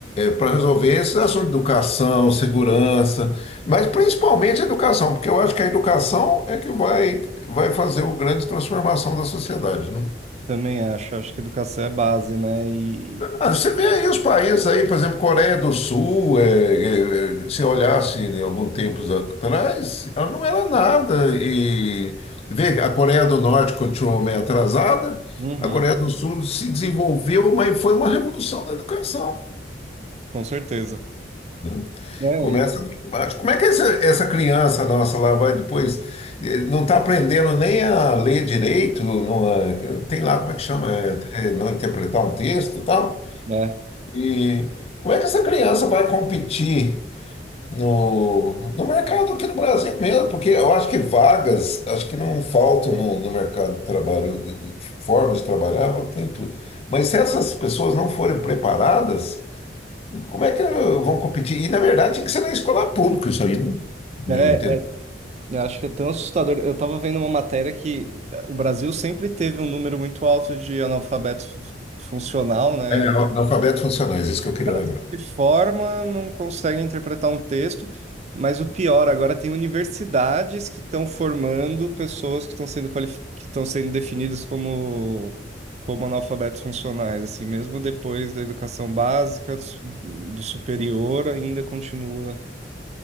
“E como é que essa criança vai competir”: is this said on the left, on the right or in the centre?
Left